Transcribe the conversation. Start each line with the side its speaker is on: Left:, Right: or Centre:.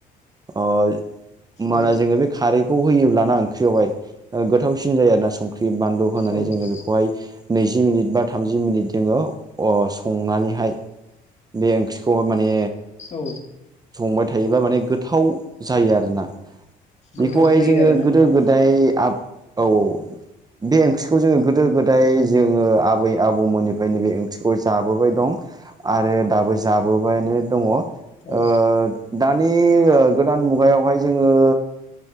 Right: ओ होनबाना
Left: औ
Right: जोङो बे खारै खौ होयोब्लाना ओंख्रियावहाय गोथावसिन जायो आरो ना संख्रि बानलु होनानै
Left: औ
Right: जोङो बे बेखौहाय नैजि मिनिट बा थामजि मिनिट जोङो संनानैहाय बे ओंख्रिखौहाय माने
Left: औ
Right: संबाय थायोब्ला माने गोथाव जायो आरोना।
Left: गोथाव
Right: बेखौहाय
Left: जायो
Right: जोङो
Left: आरोना
Right: गोदो
Left: नोंथां
Right: गोदाय आब औ। बे ओंख्रिखौ जोङो गोदो गोदाय जोङो आबै आबौमोननिफ्रायनो बे ओंख्रिखौ जाबोबाय दं। आरो दाबो जाबोबायानो दङ। ओ
Left: औ
Right: दानि ओ गोदान मुगायावहाय जोङो